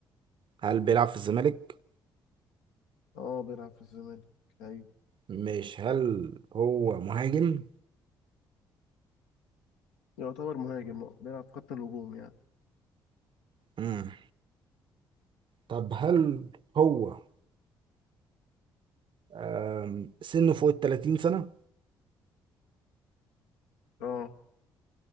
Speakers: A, on the right; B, on the left.
A: هل بيلعب في الزمالك؟
B: اه بيلعب في الزمالك ايوه
A: ماشي هل هو مهاجم؟
B: يعتبر مهاجم آه. بيلعب في خط الهجوم يعني
A: امم طب هل هو أم، سنه فوق ال 30 سنة؟
B: اه